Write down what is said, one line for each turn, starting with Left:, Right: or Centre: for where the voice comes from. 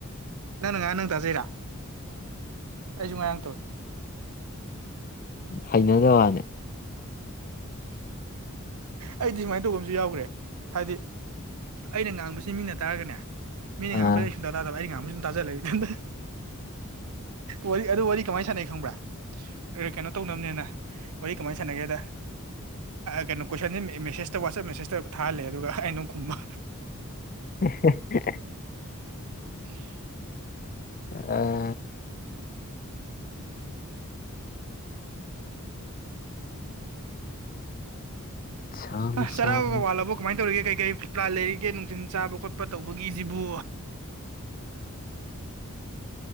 Right: ꯅꯪ ꯅꯉꯥꯏ ꯅꯪ ꯇꯥꯖꯩꯔꯥ ꯑꯩꯁꯨ ꯉꯔꯥꯡ ꯇꯧꯏ
Left: ꯍꯩꯅꯖ ꯋꯥꯅꯦ
Right: ꯑꯩꯗꯤ ꯁꯨꯃꯥꯏꯅ ꯇꯧꯕ ꯑꯃꯁꯨ ꯌꯥꯎꯈ꯭ꯔꯦ ꯍꯥꯏꯗꯤ ꯑꯩꯅ ꯉꯥꯡꯕꯁꯤ ꯃꯤꯅ ꯇꯥꯔꯒꯅꯦ ꯃꯤꯅ ꯉꯥꯡꯉꯛꯄꯁ
Left: ꯑꯥ
Right: ꯑꯩ ꯁꯨꯡꯇꯥ ꯇꯥꯗꯕ ꯑꯩ ꯉꯥꯕ ꯁ ꯑꯗꯨꯨꯝ ꯇꯥꯖꯜꯂꯦ ꯏꯊꯟꯗ ꯋꯥꯔꯤ ꯑꯗꯨ ꯋꯥꯔꯤ ꯀꯃꯥꯏꯅ ꯁꯥꯟꯅꯩ ꯈꯪꯕ꯭ꯔꯥ ꯀꯩꯅꯣ ꯇꯧꯅꯕꯅꯦꯅ ꯋꯥꯔꯤ ꯀꯃꯥꯏꯅ ꯁꯥꯟꯅꯒꯦꯗ ꯀꯩꯅꯣ ꯀꯣꯏꯁꯟꯁꯦ ꯃꯦꯁꯦꯁꯇ ꯋꯥꯆꯞ ꯃꯦꯁꯦꯁꯇ ꯊꯥꯍꯜꯂꯦ ꯑꯗꯨꯒ ꯑꯩꯩꯅ ꯗꯨꯝ ꯈꯨꯝꯕ
Left: ꯑꯦ ꯍꯦꯍꯦ
Right: ꯎꯍꯥ
Left: ꯑꯥ ꯁꯝ
Right: ꯑꯥ ꯆꯔꯥꯒ
Left: ꯁꯝ
Right: ꯋꯥꯠꯂꯕꯣ ꯀꯃꯥꯏ ꯇꯧꯔꯤꯒꯦ ꯀꯩ ꯀꯩ ꯐꯠ ꯄ꯭ꯂꯥꯥꯟ ꯂꯩꯔꯤꯒꯦ ꯅꯨꯡꯊꯤꯟ ꯆꯥꯕ ꯈꯣꯠꯄ ꯇꯧꯕꯒꯤꯁꯤꯕꯨ